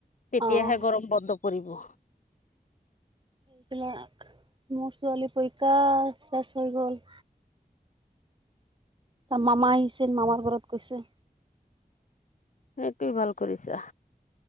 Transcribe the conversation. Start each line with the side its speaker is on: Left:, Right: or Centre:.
Left: তেতিয়াহে
Right: অ',
Left: গৰম প কৰিব
Right: সেইবিলাক মোৰ ছোৱালী পৰীক্ষা শেষ হৈ গ'ল তাৰ মামা আহিছিল মামাৰ ঘৰত গৈছে
Left: সটোৱেই ভাল কৰিছা